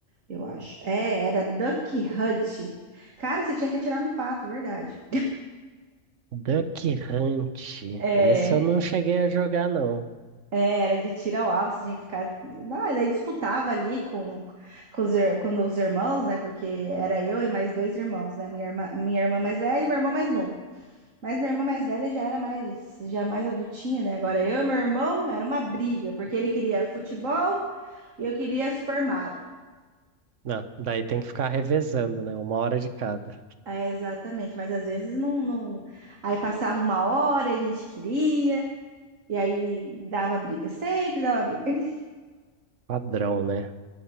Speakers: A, on the right; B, on the right.
A: eu acho. É, era Duck Hunt. Cara, você tinha que atirar no pato, verdade.
B: Duck Hunt.
A: É.
B: Esse eu não cheguei a jogar, não.
A: É, era de tiro ao alvo, você tinha que ficar. Não, e daí disputava ali com, com, os, ir- com os irmãos, né? Porque era eu e mais dois irmãos, né? Minha irmã, minha irmã mais velha e meu irmão mais novo. Mas minha irmã mais velha já era mais, já mais adultinha, né? Agora eu e meu irmão era uma briga, porque ele queria futebol e eu queria Super Mario.
B: Não, daí tem que ficar revezando, né? Uma hora de cada.
A: É, exatamente, mas às vezes não, não. Aí passava uma hora e a gente queria, e aí dava briga, sempre dava briga. <laughs>
B: Padrão, né?